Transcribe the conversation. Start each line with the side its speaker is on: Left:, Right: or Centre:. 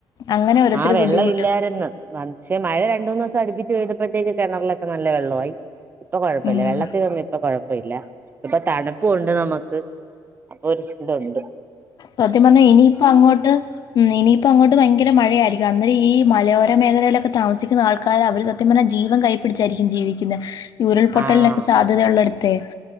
Left: അങ്ങനെ ഓരോരുത്തര്
Right: ആ വെള്ളം
Left: ബുദ്ധിമുട്ട്
Right: ഇല്ലാരന്ന്. നനച്ച് മഴ രണ്ട് മൂന്ന് ദിവസം അടുപ്പി ച്ച് പെയ്തപ്പോഴത്തേക്ക് കിണറിലൊക്കെ നല്ല വെള്ളം ആയി. ഇപ്പൊ കുഴപ്പ
Left: ഉം
Right: ഇല്ല വെള്ളത്തിലൊന്നും ഇപ്പൊ കുഴ പ്പ ഇല്ല. ഇപ്പൊ തണുപ്പുണ്ട് നമുക്ക് അപ്പൊ ഒരു സ് ഇതൊണ്ട്.
Left: സത്യം പറഞ്ഞാൽ ഇനിയിപ്പ അങ്ങോട്ട് ഉം ഇനിയിപ്പ അങ്ങോട്ട് ഭയങ്കര മഴയായിരിക്കും അന്നേരം ഈ മലയോര മേഖലയിലൊക്കെ താമസിക്കുന്ന ആൾക്കാര് അവര് സത്യം പറഞ്ഞാൽ ജീവൻ കൈയിപ്പിടിച്ചായിരിക്കും ജീവിക്കുന്നത്. ഈ ഉരുൾപൊട്ടലിനൊക്കെ
Right: ആഹ്
Left: സാധ്യതുള്ള ട് ത്തെ